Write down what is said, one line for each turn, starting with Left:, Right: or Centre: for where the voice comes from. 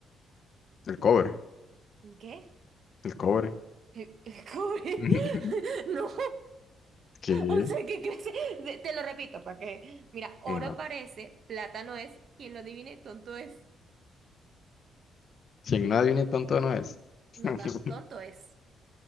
Left: el cobre,
Right: ¿Qué?
Left: el cobre,
Right: Eh, <laughs> ¿Cómo? <laughs>
Left: <laughs>
Right: No,
Left: que
Right: o sea, ¿qué crees? De- Te lo repito para que. Mira, oro
Left: no,
Right: parece, plata no es. Quien lo adivine, tonto es.
Left: si en nada viene tonto no es.
Right: No
Left: <laughs>
Right: tan tonto es.